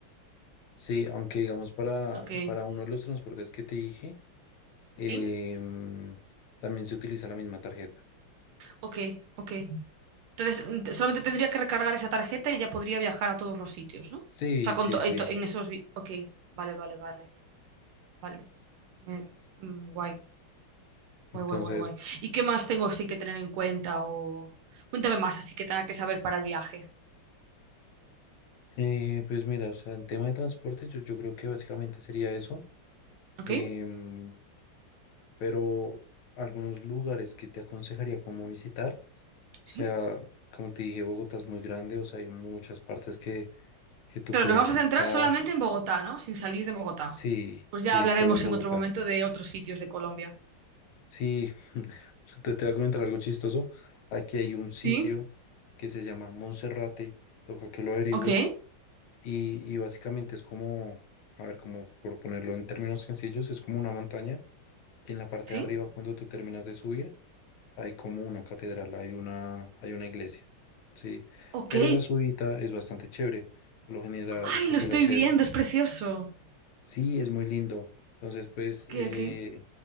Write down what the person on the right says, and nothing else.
Ok,
¿Sí?
Ok, ok. Entonces, mm, te- solamente tendría que recargar esa tarjeta y ya podría viajar a todos los sitios, ¿no? O
sea, con
to-
en, to- en esos... vi- Ok, vale, vale, vale, vale. Me- mm, guay,
guay, guay, guay, guay. ¿Y qué más tengo así que tener en cuenta o...? Cuéntame más así que tenga que saber para el viaje,
¿ok?
¿Sí?
pero
nos vamos a
centrar solamente en Bogotá, ¿no? Sin salir de Bogotá.
Pues
ya hablaremos
en otro momento de otros sitios de Colombia.
Sí.
Ok,
sí,
ok.
Ay,
lo
estoy
viendo, es precioso.
Ok,
ok.